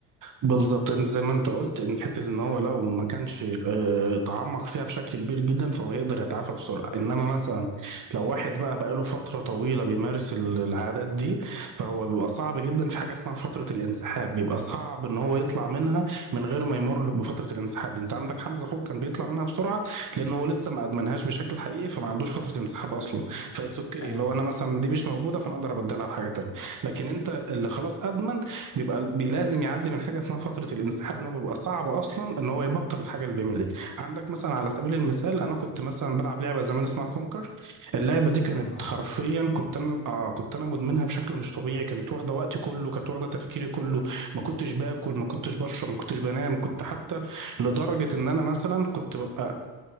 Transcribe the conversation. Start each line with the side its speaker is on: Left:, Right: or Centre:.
Right: بالظبط انت زي ما انت قلت ان حته ان هو لو ما كانش آه، تعمق فيها بشكل كبير جدا فهو يقدر يتعافى بسرعه انما مثلا لو واحد بقى بقاله فتره طويله بيمارس ال- العادات دي فهو بيبقى صعب جدا في حاجه اسمها فتره الانسحاب بيبقى صعب ان هو يطلع منها من غير ما يمر بفتره الانسحاب دي انت عندك حمزه اخوك كان بيطلع منها بسرعه لان هو لسه ما ادمنهاش بشكل حقيقي فما عندوش فتره انسحاب اصلا فاتس اوكي
Left: ايوه
Right: لو انا مثلا دي مش موجوده فانا اقدر ابدلها بحاجه تانيه لكن انت اللي خلاص ادمن بيبقى بي- لازم يعدي من حاجه اسمها فتره الانسحاب ان هو بيبقى صعب اصلا ان هو يبطل الحاجه اللي بيعملها دي عندك مثلا على سبيل المثال انا كنت مثلا بلعب لعبه زمان اسمها كونكر اللعبه دي كانت
Left: اه عارفها
Right: حرفيا كنت انا اه كنت انا مدمنها بشكل مش طبيعي كانت واخده وقتي كله كانت واخده تفكيري كله ما كنتش باكل ما كنتش بشرب ما كنتش بنام كنت حتى لدرجه ان انا مثلا كنت ببقى